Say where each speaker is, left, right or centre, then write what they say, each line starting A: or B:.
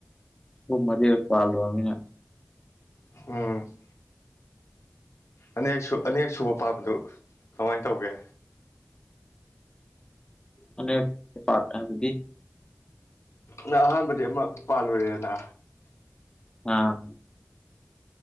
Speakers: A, on the left; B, on the left.
A: ꯍꯨꯝ ꯃꯔꯤ ꯔꯛ ꯄꯥꯜꯂꯨꯔꯝꯅꯤꯅ
B: ꯍꯝ ꯑꯅꯤꯔꯛ ꯁꯨ ꯑꯅꯤꯔꯛ ꯁꯨꯕ ꯄꯥꯝꯕꯗꯨ ꯀꯃꯥꯏꯅ ꯇꯧꯒꯦ
A: ꯑ ꯐꯇ ꯇ
B: ꯅ ꯑꯍꯥꯟꯕꯗꯤ ꯑꯃ ꯄꯥꯜꯂꯨꯔꯦꯗꯅꯥ
A: ꯑꯥ